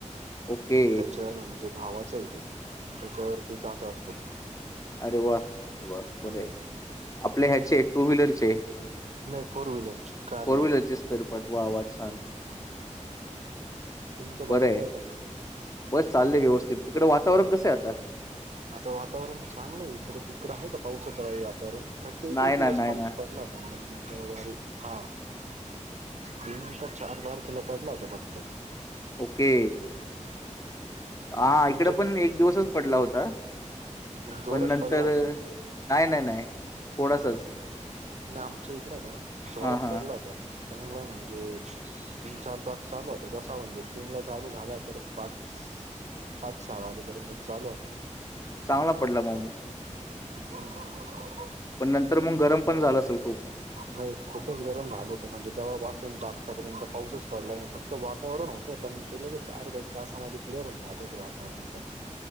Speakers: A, on the left; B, on the right.
A: ओके.
B: त्याच्या म्हणजे भावाच हे ते त्याच्यावरती जात असतो.
A: अरे वा अरे वा
B: हम्म
A: बर हे आपल्या ह्याचे टू व्हीलरचे
B: नाही फोर व्हीलरची कार
A: फोर
B: लाईन
A: व्हीलरचे स्पेअरपाट वा वा‌ छान,
B: तुमचं बाकी
A: बर हे
B: काय चाललं
A: बस चाललंय व्यवस्थित तिकडे वात वातावरण कस हे आता?
B: आता वातावरण चांगलं आहे इकडे, तिकड हाय का पावसाच काही <unintelligible> वातावर कारण काय तीन,
A: नाही
B: चार दिवस
A: ना, नाही
B: पाऊस
A: ना.
B: <unintelligible> पडला होता तर रविवारी हा तीन, का चार, बार तारखेला पडला होता फक्त.
A: ओके. हा
B: तुमच्या
A: इकड पण एक दिवसच पडला होता.
B: जोरात
A: पण नंतर
B: पडला होता
A: नाही नाही नाही थोडासच
B: नाईआमच्या इकडे हे ना, जोरात
A: हा
B: पडलं आता चांगलं म्हणजे तीन चार तास चालू होता कसा म्हणजे तीन ला चालू झाला तर पाच पाच सहा वाजेपर्यंत चालू होता
A: चांगला पडला मग
B: <unintelligible>
A: पण नंतर मग गरम <unintelligible>
B: नाही खूपच गरम झाल होत म्हणजे तेव्हापसून तर आतापर्यंत पाऊसच पडला नाही फक्त वातावरण हो पण ते लगेच अर्धा एक तासामध्ये क्लिअर होऊन जातय ते वातावरण पण